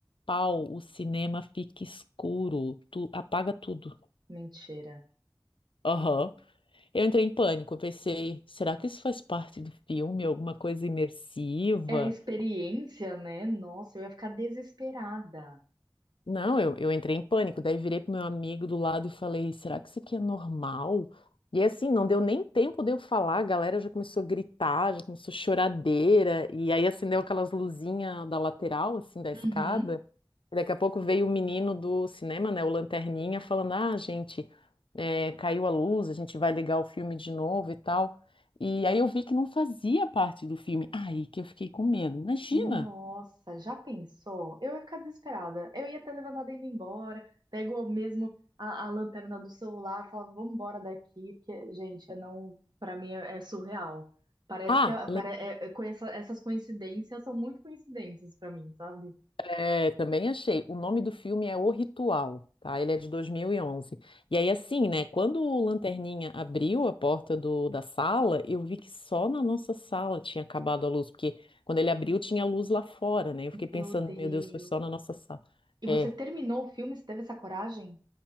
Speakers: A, on the left; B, on the right.
A: pau, o cinema fica escuro, tu apaga tudo.
B: mentira.
A: Aham. Eu entrei em pânico, eu pensei, será que isso faz parte do filme, alguma coisa imersiva?
B: É a experiência, né? Nossa, eu ia ficar desesperada.
A: Não, eu, eu entrei em pânico, daí virei pro meu amigo do lado e falei, será que isso aqui é normal? E assim, não deu nem tempo de eu falar, a galera já começou a gritar, já começou choradeira, e aí acendeu aquelas luzinhas da lateral, assim, da escada.
B: Uhum.
A: E Daqui a pouco veio o menino do cinema, né, o Lanterninha, falando: Ah, gente, é, caiu a luz, a gente vai ligar o filme de novo e tal. E aí eu vi que não fazia parte do filme. Aí que eu fiquei com medo. Imagina!
B: Nossa, já pensou? Eu ia ficar desesperada. Eu ia ter levantado e ido embora. Pego eu mesmo a, a lanterna do celular, e falo, vamos embora daqui, porque, gente, eu não, para mim é, é surreal. Parece
A: Ah,
B: que a- pare- é- é- com essa- essas coincidências são muito coincidências pra mim, sabe?
A: É, também achei. O nome do filme é O Ritual, tá? Ele é de 2011. E onze. E aí, assim, né? Quando o Lanterninha abriu a porta do, da sala, eu vi que só na nossa sala tinha acabado a luz, porque quando ele abriu tinha luz lá fora, né? Eu fiquei pensando,
B: Meu Deus.
A: meu Deus, foi só na nossa sala.
B: E
A: É,
B: você terminou o filme? Você teve essa coragem?